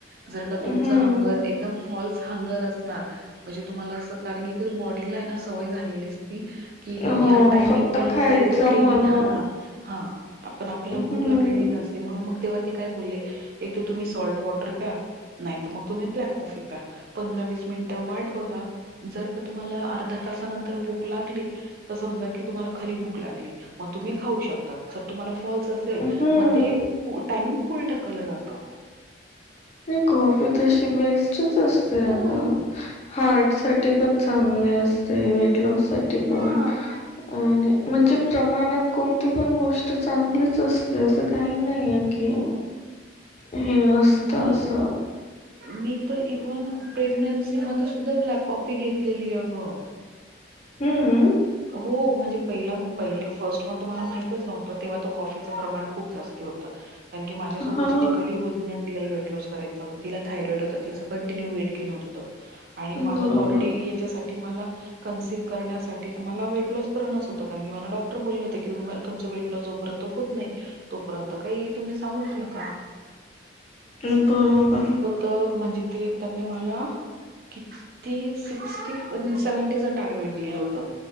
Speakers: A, on the right (about 55°); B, on the left (about 35°).
A: जर का
B: हम्म
A: तुमच हंगर. एकदम फॉल्स हंगर असणार. म्हणजे तुम्हाला असं कारण की बॉडीला ना सवय झालेली अस कि
B: हो
A: या टायमिंगला
B: फक्त खायचं
A: काहीतरी क्रेविंग
B: म्हणून
A: हा हा आपण आपल्याला
B: हम्म
A: भूक लागलेली नसते. म्हणून मग तेव्हा ते काय बोलले. एक तर तुम्ही सॉल्ट वॉटर प्या नाही तर मग तुम्ही ब्लॅक कॉफी प्या. पंधरा वीस मिनिटं वाट बघा. जर का तुम्हाला अर्धा तासानंतर भूक लागली समजा की तुम्हाला खरी भूक लागली, मग तुम्ही खाऊ शकता ज तुम्हाला फॉ असेल
B: हम्म
A: मग ते टामिंग पुढे ढकलं जात.
B: नाही, कॉफी तशी बेस्टच असते
A: हम्म
B: अ ग हार्ट साठी पण चांगली असते. वेट लॉस साठी पण
A: हां
B: आणि म्हणजे प्रमाणात कोणती पण गोष्ट चांगलीच असते, असं काही नाही आहे की.
A: हम्म.
B: हे असतं
A: मी
B: अस.
A: मी तर इव्हन प्रेग्नन्सी मध्ये सुद्धा ब्लॅक कॉफी घेतलेली अगं.
B: हम्मम
A: हो म्हणजे पहिला पहिल फर्स्ट इव्हन तुम्हाला माहितच नव्हतं. तेव्हा तो कॉफीचं प्रमाण खूप जास्ती होत. कारण की माझ्यासोबतची
B: हा
A: जी कलीन होती ना. तिला वेट लॉस कयचा होता. तिला थायरॉईड होत तिचं पण वेट गेन होत होंत. आणि मला
B: बरोबर
A: तो ऑलरेडी यांच्यासाठी मला कनसिव करण्यासाठी ती तर मला वेट लॉस करणच होत. कारण की मला डॉक्टर बोलले होत की तुमच वेट लॉस जोर्यंत होत नाही. तोपर्यंत काही तुम्ही सांगूच नका.
B: मग बरोबर.
A: तर म्हणजे ते त्यांनी मला. किती सिक्स्टी सेव्हंटीच टार्गेट दिलं होत.